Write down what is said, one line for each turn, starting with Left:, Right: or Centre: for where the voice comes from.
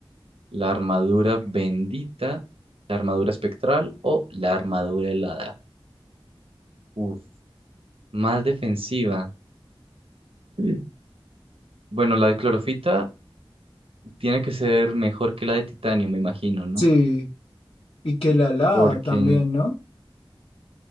Right: la armadura bendita, la armadura espectral o la armadura helada? Uf, más defensiva. Mm. Bueno, la de clorofita tiene que ser mejor que la de titanio, me imagino, ¿no?
Left: Sí, y que la alada
Right: Porque,
Left: también, ¿no?